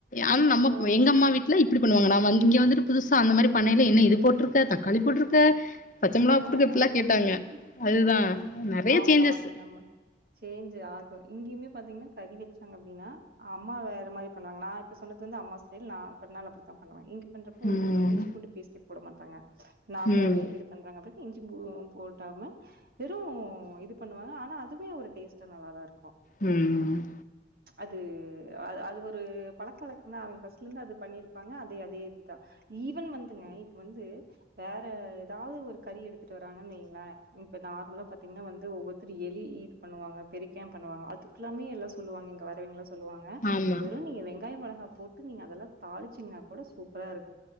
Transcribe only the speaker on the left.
ஆனா நமக்
எங்க அம்மா வீட்ல எப்டி பண்ணுவாங்கனா நாம் வந் இங்க வந்துட்டு புதுசா அந்த மாதிரி பண்னைல என்ன இது போட்ருக்க தக்காளி போட்ருக்க பச்ச மிளா போட்ருக்க
இப்டிலா கேட்டாங்க
அதுதான் நெறைய
சேஞ்சஸ்
ம்
ம்
ம்
ஆமா